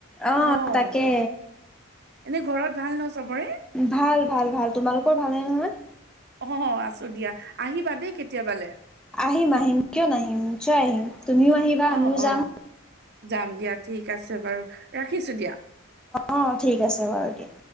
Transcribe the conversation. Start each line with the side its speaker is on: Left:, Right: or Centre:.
Centre: অহ,
Right: অ',
Centre: তাকে
Right: এনে ঘৰত ভাল ন চবৰে?
Centre: ভাল- ভাল - ভাল তোমালোকৰ ভালহে নহয়।
Right: অ, আছো দিয়া আহিবা দেই কেতিয়াবালে।
Centre: আহিম - আহিম কিয় নাহিম নিশ্চয় আহিম তুমিও আহিবা
Right: অ',
Centre: আমিও যাম।
Right: অ', যাম দিয়া ঠিক আছে বাৰু ৰাখিছো দিয়া।
Centre: অ ঠিক আছে বাৰু দিয়া